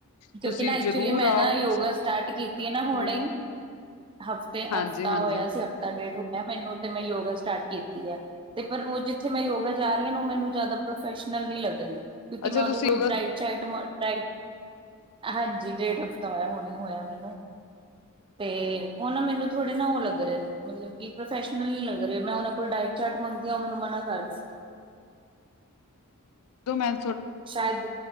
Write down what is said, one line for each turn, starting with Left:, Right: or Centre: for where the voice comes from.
Left: ਤੁਸੀਂ
Right: ਕਿਉਂਕਿ ਨਾ ਐਕਚੁਲੀ
Left: ਜ਼ਰੂਰ
Right: ਮੈਂ
Left: ਆਓ
Right: ਨਾ ਯੋਗਾ
Left: ਤੁਸੀਂ
Right: ਸਟਾਰਟ ਕੀ ਨਾ ਹੁਣੇ
Left: ਮਿਲੋ
Right: ਹਫ਼ਤੇ
Left: ਹਾਂਜੀ
Right: ਹਫ਼ਤਾ
Left: ਹਾਂਜੀ
Right: ਹੋਇਆ ਸੀ ਹਫ਼ਤਾ ਡੇਢ ਹੋਇਆ ਮੈਨੂੰ ਮੈਂ ਯੋਗਾ ਸਟਾਰਟ ਕੀਤੀ ਹੈ ।ਤੇ ਪਰ ਉਹ ਜਿੱਥੇ ਮੈਂ ਯੋਗਾ ਜਾ ਰਹੀ ਹਾਂ ਉਹ ਮੈਨੂੰ ਜ਼ਿਆਦਾ ਫੈਲ ਨਹੀਂ ਲੱਗਦੀ ਕਿਉਂਕਿ
Left: ਅੱਛਾ
Right: ਮੈਂ ਉਹਦੇ
Left: ਤੁਸੀਂ
Right: ਕੋਲ
Left: ਯੋਗਾ
Right: ਦੀਏਤਵਤ ਹਾਂਜੀ ਡੇ ਹਫਤਾ ਹੋ ਹ ਹੋ ਮਨ ਤੇ ਨਾ ਮੈਨੂੰ ਥੋੜ ਨਾ ਲਗ ਰ ਮਲਬ ਪ੍ਰੋਫਲ ਲਗ ਰ ਮ ਓ ਕੋਲ ਡ ਚਟ ਮੰਗਦੀ ਮਨ ਮ ਕਰ ਦੇਂਦੇ ਨ।
Left: ਮੈਂ
Right: ਸ਼ਾਇਦ